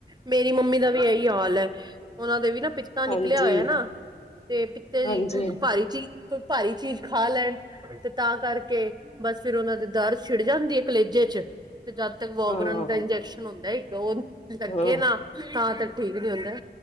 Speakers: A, on the right; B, on the left.
A: ਮੇਰੀ ਮੰਮੀ ਦਾ ਵੀ ਇਹੀ ਹਾਲ ਹੈ ਉਹਨਾਂ ਦੇ ਵੀ ਨਾ ਪਿੱਤਾ ਨਿਕਲਿਆ
B: ਹਾਂਜੀ,
A: ਹੋਇਆ ਨਾ, ਤੇ ਪਿੱਤੇ
B: ਹਾਂਜੀ,
A: ਦੀ ਭਾਰੀ ਚ ਹੀ ਕੋਈ ਭਾਰੀ ਚੀਜ਼ ਖਾ ਲੈਣ ਤੇ ਤਾਂ ਕਰਕੇ ਬਸ ਫਿਰ ਉਹਨਾਂ ਦੇ ਦਰ ਛਿੜ ਜਾਂਦੀ ਹੈ ਕਲੇਜੇ ਚ ਤੇ ਜਦ ਤ ਵੋਬਰਨ
B: ਹਾਂ।
A: ਦਾ ਇੰਜੈਕਸ਼ਨ ਹੁੰਦਾ ਇੱਕ ਉਹ ਲੱਗੇ
B: ਹਾਂ,
A: ਨਾ ਤਾਂ ਤੱਕ ਠੀਕ ਨੀ ਹੁੰਦਾ।